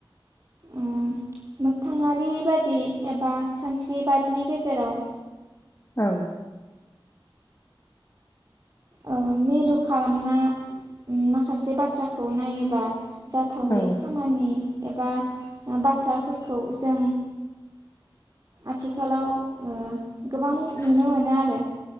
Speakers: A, on the right (about 40°); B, on the left (about 30°).
A: उम मोगथाङारि बादि एबा सानस्रिबादनि गेजेराव
B: औ
A: ओ मिरु खालामना माखासे बाथ्राखौ नायोबा जाथावै
B: औ
A: खामानि एबा बाथ्राफोरखौ जों आथिखालाव ओ गोबां
B: <inaudible>
A: नुनो मोनो आरो